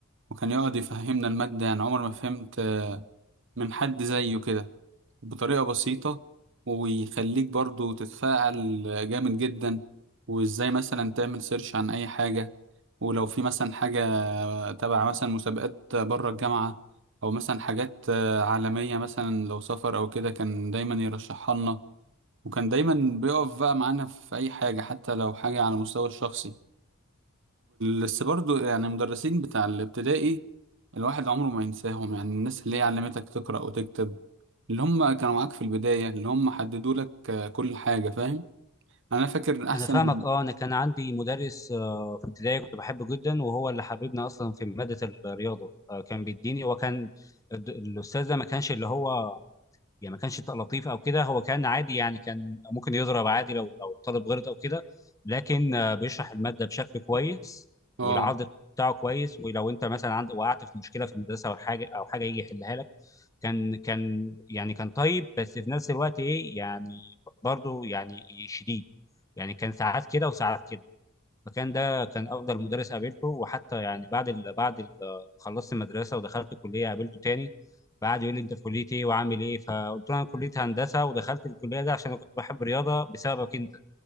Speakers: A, on the right; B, on the left.
A: وكان يقعد يفهمنا المادة يعني عمر ما فهمت آه، من حد زيه كده بطريقة بسيطة ويخليك برضو تتفاعل جامد جدا وازاي مثلا تعمل سيرش عن اي حاجة ولو في مثلا حاجة تبع مثلا مسابقات بره الجامعة او مثلا حاجات آه، عالمية مثلا لو سفر او كده كان دايما يرشحها لنا وكان دايما بيقف بقى معانا في اي حاجة حتى لو حاجة على المستوى الشخصي بس برضو يعني المدرسين بتاع الابتدائي الواحد عمره ما ينساهم يعني الناس اللي هي علمتك تقرأ وتكتب اللي هم كانوا معاك في البداية اللي هم حددوا لك آه، كل حاجة فاهم أنا فاكر أحسن
B: انا فاهمك اه انا كان عندي مدرس آه، في ابتدائي كنت بحبه جدا وهو اللي حببنا اصلا في ماده الرياضه آه، كان بيديني وكان الاستاذ ده ما كانش اللي هو يعني ما كانش لطيف او كده هو كان عادي يعني كان ممكن يضرب عادي لو لو الطالب غلط او كده لكن آه، بيشرح الماده بشكل كويس
A: اه
B: والعرض بتاعه كويس ولو انت مثلا عندك وقعت في مشكله في المدرسه او حاجه او حاجه يجي يحلها لك كان كان يعني كان طيب بس في نفس الوقت ايه يعني برضه يعني شديد يعني كان ساعات كده وساعات كده المكان ده كان افضل مدرس قابلته وحتى يعني بعد ال... بعد ال... خلصت المدرسه ودخلت الكليه قابلته تاني فقعد يقول لي انت في كليه ايه وعامل ايه فقلت له انا كليه هندسه ودخلت الكليه دي عشان انا كنت بحب الرياضه بسببك انت